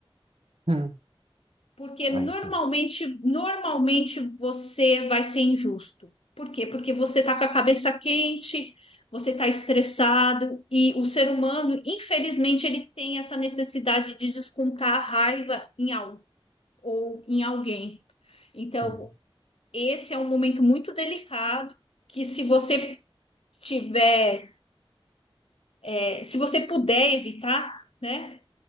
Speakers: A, on the right; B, on the left.
A: uhum,
B: porque
A: Aí
B: normalmente,
A: sim,
B: normalmente você vai ser injusto. Por quê? Porque você está com a cabeça quente, você está estressado e o ser humano, infelizmente, ele tem essa necessidade de descontar a raiva em algo ou em alguém. Então,
A: uhum,
B: esse é um momento muito delicado que se você tiver É, Se você puder evitar, né,